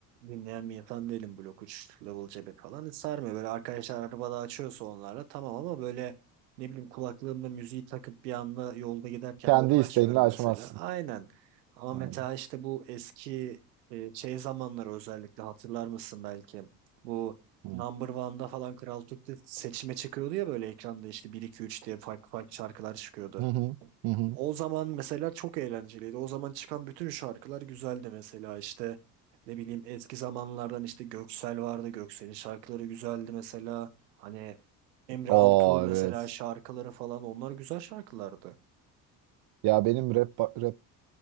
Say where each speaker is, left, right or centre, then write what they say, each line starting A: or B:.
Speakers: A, on the right (about 85°); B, on the right (about 55°).
A: dinleyen bir insan değilim. Blok 3, Level C5 falan hiç sarmıyor. Böyle arkadaşlar arabada açıyorsa onlarla tamam ama böyle ne bileyim kulaklığımda müziği takıp bir anda yolda giderken
B: Kendi
A: de onu
B: isteğinle
A: açmıyorum
B: açmazsın.
A: mesela. Aynen. Ama
B: Aynen.
A: mesela işte bu eski e, şey zamanları özellikle hatırlar mısın belki? Bu
B: Hı
A: Number One'da falan Kral Türk'te seçime çıkıyordu ya böyle ekranda işte bir 2 3 diye farklı farklı şarkılar çıkıyordu.
B: hı hı. hı.
A: O zaman mesela çok eğlenceliydi. O zaman çıkan bütün şarkılar güzeldi mesela işte ne bileyim eski zamanlardan işte Göksel vardı. Göksel'in şarkıları güzeldi mesela. Hani Emre
B: Aa
A: Altuğ mesela
B: evet.
A: şarkıları falan onlar güzel şarkılardı.
B: Ya benim rap rap